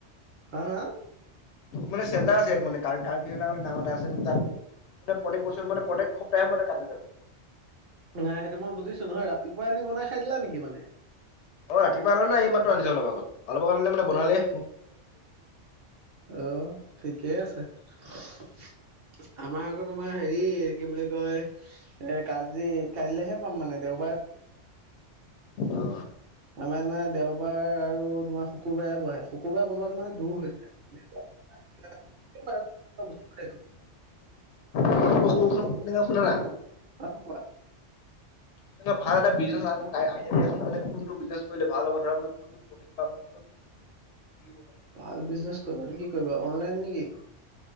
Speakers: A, on the right; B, on the left.
A: হা হা।
B: মানে চেন্তাৰ আছে ইয়াত মানে মানে নাম এটা আছে মানে তাত। মানে প্ৰতেক বছৰ মান প্ৰতেক সপ্তাহে কাটে মানে তাত
A: নাই সেইটো মই বুজিছো নহয় ৰাতিপুৱাই আনি বনাই খাই দিলা নেকি মানে।
B: অ ৰাতিপুৱা আনা নাই এইমাত্ৰ আনিচো অলপ আগত অলপ আগত আনিলে মানে বনালেই‌।
A: আহ ঠিকেই আছে। আমাৰ আগত তোমাৰ হেৰি কি বুলি কয়। এ কাজি কাইলেহে পাম মানে দেওবাৰে।
B: অ।
A: আমাৰ ইয়াত মানে দেওবাৰ আৰু তোমাৰ শুকুৰবাৰে বহে শুকুৰবাৰে বজাতো মানে। দূৰ হৈ যায়।
B: <unintelligible> শুনা না।
A: অহ কোৱা।
B: তেনেকুৱা ভাল এটা বিজনেছ মোক আইডিয়া দিয়াচোন কোনটো বিজনেছ কৰিলে ভাল হ'ব ধৰা মই কোনটো প্ৰফিট পাম কোনটোত। মানে
A: ভাল বিজনেছ কৰিবা নে কি কৰিবা অনলাইন নেকি